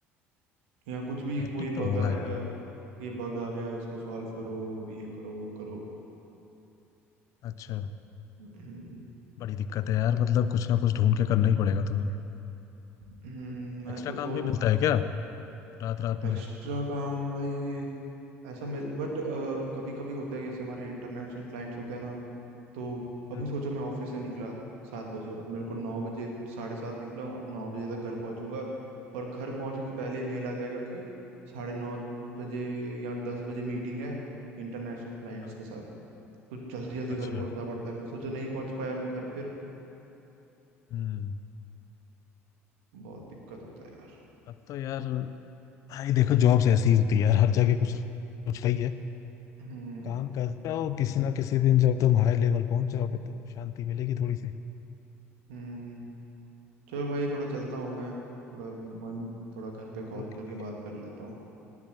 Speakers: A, on the right (about 65°); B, on the left (about 45°).
A: यहाँ कुछ भी
B: हेक्टिक
A: कोई
B: तो
A: बग
B: होगा
A: आ गया
B: यार
A: ये बग आ गया इसको सॉल्व करो ये करो वो करो
B: अच्छा
A: हम्म
B: बड़ी दिक्कत है यार मतलब कुछ ना कुछ ढूंढ के करना ही पड़ेगा तुम्हें
A: हम्म, मैं
B: एक्स्ट्रा
A: तो सोच
B: काम भी मिलता है क्या रात रात में
A: एक्स्ट्रा काम भाई ऐसा मिल बट कभी कभी होता है जैसे हमारे इंटरनेशनल क्लाइंट्स होते हैं ना तो अभी
B: हम्म,
A: सोचो मैं ऑफिस से निकला सात बजे और मेरे को नौ बजे साढ़े सात निकला हूँ, नौ बजे तक घर पहुंचूंगा और घर पहुंचने से पहले मेल आ जाएगा कि साढ़े नौ बजे या दस बजे मीटिंग है इंटरनेशनल क्लाइंट्स
B: हाँ,
A: के साथ तो जल्दी जल्दी घर
B: अच्छा
A: पहुंचना पड़ता है फिर सोचो नहीं पहुंच पाया मैं घर फिर
B: हम्म
A: बहुत दिक्कत होता है यार
B: अब तो यार भाई देखो जॉब्स ऐसी होती है यार हर जगह कुछ कुछ है ही है
A: हम्म
B: काम करते हो किसी ना किसी दिन जब तुम हायर लेवल पहुंच जाओगे तो शांति मिलेगी थोड़ी सी
A: हम्म चलो भाई थोड़ा चलता हूँ मैं थोड़ा मम्मी थोड़ा घर पे कॉल
B: ओके
A: करके
B: भाई
A: बात कर लेता हूँ